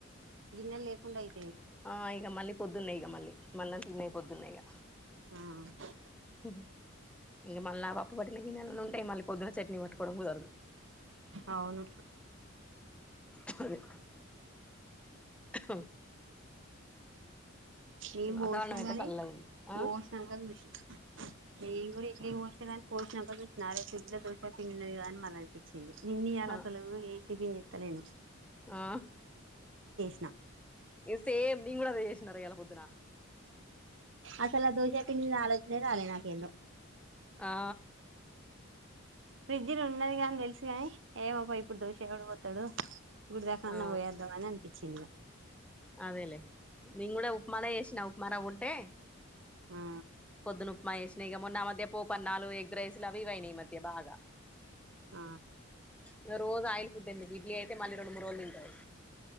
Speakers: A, on the right; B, in the centre.
A: గిన్నెల్ లేకుండ ఐయి
B: ఆ ఇగ మళ్ళీ పొద్దున్నే ఇగ మళ్ళీ మళ్ళం తిన్నయి పోద్దున్నే ఇగ
A: ఆ
B: ఊహు ఇంగ మళ్ళా పప్పు పట్టిన గిన్నెలు అన్ని ఉంటాయి. మళ్ళీ పొద్దున్న చట్నీ పట్టుకోవడం కుదరదు.
A: అవును
B: హ్ హ్
A: ఏం పోషిణా
B: వాతావరణం అయితే
A: గానీ
B: చల్లగా ఉంది ఆ
A: పోషినంక చూశిన నేన్ కూడా ఇడ్లీకి పోషినా గాని పోషినంక చూశినా అరె ఫ్రిజ్ ల దోశ పిండిఉన్నది గదా అని మల్లనిపిచ్చింది. నిన్నీ ఇయాల
B: ఆ
A: అసలూ ఏ టిఫిన్ చేత్తలేను
B: ఆ
A: న
B: ఇగ సేమ్ నేన్ గూడా అదే చేశినర ఇయాళ పొద్దునా
A: అసలు ఆ దోశాపిండి మీద ఆలోచనే రాలేదు నాకు ఏందో.
B: ఆ
A: ఫ్రిడ్జిలు ఉన్నది గాని తెల్సు గాని ఏమొ పో ఇప్పుడు దోష ఎవడు పోత్తడు. గుడి దాకాన్నన్న
B: ఆ
A: పోయొద్దాం అని అనిపిచ్చింది ఇగా
B: అదేలే నేన్ గూడా ఉప్మానే చేశినా ఉప్మా రవ్వ ఉంటే.
A: ఆ
B: పొద్దున ఉప్మా చేశిన ఇగ మొన్నా ఆ మధ్యా పోపన్నాలు, ఎగ్రైసలు అవి ఇవయినయ్ ఈ మధ్య బాగా.
A: ఆ
B: ఇగ రోజు ఆయిల్ ఫుడ్ ఎందుకు ఇడ్లీ అయితే మళ్ళి రెండు మూడు రోజులు తింటరు.